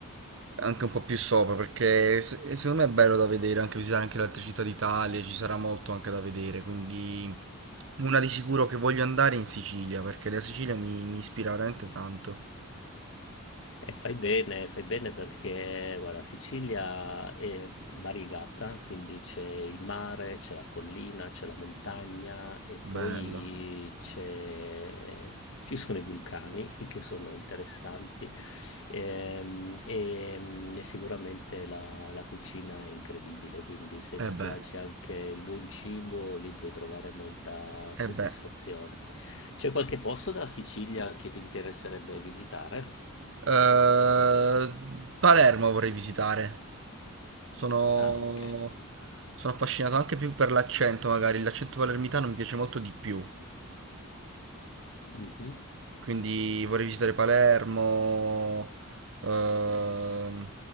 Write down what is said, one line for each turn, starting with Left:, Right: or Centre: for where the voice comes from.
Right: anche un po' più sopra, perché se- secondo me è bello da vedere, anche visitare anche le altre città d'Italia, ci sarà molto anche da vedere, quindi una di sicuro che voglio andare è in Sicilia, perché la Sicilia mi, mi ispira veramente tanto.
Left: E fai bene, fai bene perché, guarda, Sicilia è variegata, quindi c'è il mare, c'è la collina, c'è la montagna e
Right: Bello.
Left: poi c'è... ci sono i vulcani <laughs> che sono interessanti ehm, e, mm, e sicuramente la, la cucina è incredibile, quindi se ti
Right: E
Left: piace
Right: beh,
Left: anche il buon cibo, lì puoi trovare molta soddisfazione.
Right: e beh.
Left: C'è qualche posto della Sicilia che ti interesserebbe visitare?
Right: Eh, Palermo vorrei visitare. Sono...
Left: Ah, ok.
Right: sono affascinato anche più per l'accento, magari. L'accento palermitano mi piace molto di più.
Left: Mhm.
Right: Quindi vorrei visitare Palermo. Ehm,